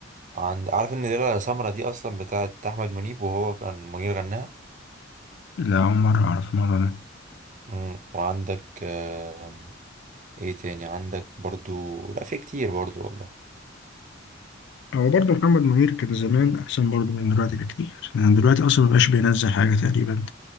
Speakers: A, on the right; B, on the left.
A: عند عارف ان الليله يا سمره دي اصلا بتاعت احمد منيب وهو كان منير غناها
B: لا اول مره اعرف الموضوع ده
A: مم. وعندك آم، ايه تاني عندك برضو لا في كتير برضو والله
B: هو برضه محمد منير كان زمان أحسن برضه من دلوقتي بكتير يعني دلوقتي أصلا مبقاش بينزل حاجة تقريبا